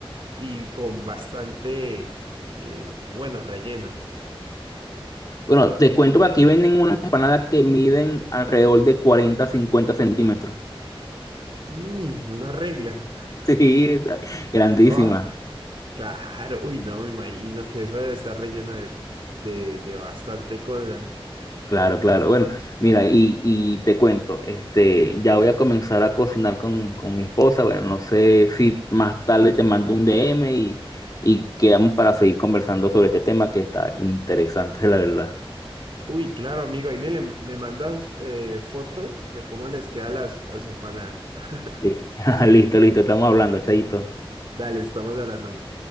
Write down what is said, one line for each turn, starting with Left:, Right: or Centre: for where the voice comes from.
Right: y con bastante, eh, bueno, relleno.
Left: Bueno, te cuento que aquí venden unas empanadas que miden alrededor de 40, 50 centímetros. <laughs>
Right: Y una regla.
Left: Sí, grandísimas.
Right: Ah, claro. Uy, no, me imagino que eso debe estar relleno de, de, de bastante cosas.
Left: Claro, claro. Bueno, mira, y, y te cuento, este, ya voy a comenzar a cocinar con, con mi esposa. Bueno, no sé si más tarde te mando un DM y, y quedamos para seguir conversando sobre este tema que está interesante, <laughs> la verdad.
Right: Uy, claro, amigo, ahí me, le- me mandas eh, fotos de cómo les quedan las, las empanadas. <laughs>
Left: Sí. <laughs> Listo, listo, estamos hablando, Chayito.
Right: Dale, estamos hablando.